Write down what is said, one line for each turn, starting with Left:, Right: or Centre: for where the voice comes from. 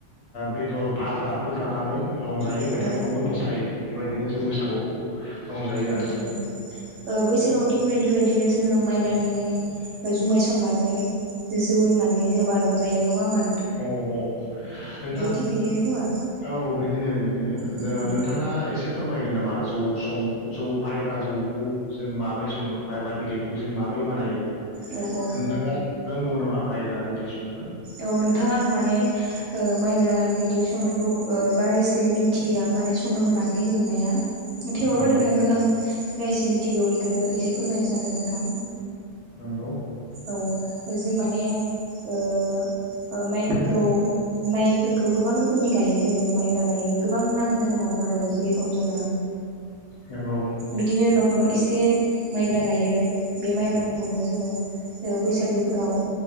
Left: बेदर भाजाफोर जानानै रंजायो
Right: औ
Left: मेथाइ
Right: औ
Left: खननो मोसायो बेबायदिनो जों बैसागुखौ रंजायो
Right: बैसागआव
Left: आरो
Right: थिग बदि बदिनो जोङो माइब्रानि जुमाय संनानै जौ लोंनानै जेनेबा रंजायो नङामोन
Left: औ औ नोंथां
Right: थिग बिदिनो खोमा
Left: औ बिदिनो बिदिनो
Right: उम उम
Left: नोंथाङा एसे फोरमायगोन नामा जौ सं जौ माइब्रा जौखौ जों माबोरै सङो माइब्रा बिदैखौ जों माबोरै बानायो
Right: औ औ
Left: नोंथाङा रोंगौ नामा माइग्रा बिदि संनो
Right: औ नोंथां आं माने माइब्रा बिदै संनायखौ बारा एसे मिथिया माने संनो मोना बे मोननाया थेवबो
Left: नंगौ
Right: नोंथांनो आं जाय एसे मिथिगौ बेखौनो एसे फोरमायनो सानदों नोंथां
Left: नंगौ
Right: औ जों माने ओ माइफोरखौ माइफोरखौ गोबां रोखोमनि रोखोमनि गायो जोङो माइब्रा गायो गोबां नाम दङ नङा होनबा रनजित अन्जना
Left: नंगौ
Right: बिदिनो न'खराव एसे माइब्रा गायो बे माइब्राखौनो जोङो बैसागोफोराव